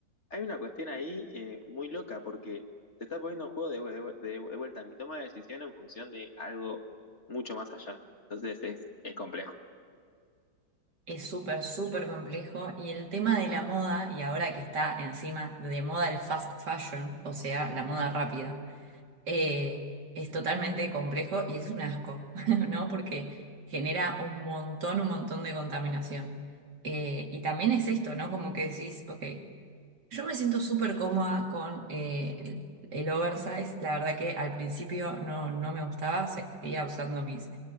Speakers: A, on the left; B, on the right.
A: hay una cuestión ahí eh, muy loca porque se está poniendo en juego de, vue- de vue- de vuelta mi toma de decisión en función de algo mucho más allá. Entonces es, es complejo.
B: Es súper, súper complejo y el tema de la moda, y ahora que está encima de moda el fast fashion, o sea, la moda rápida. eh, es totalmente complejo y es un asco, <laughs> ¿no? Porque genera un montón, un montón de contaminación. Eh, y también es esto, ¿no? Como que decís, ok, yo me siento súper cómoda con eh, el el oversize. La verdad que al principio no, no me gustaba, seguía usando mis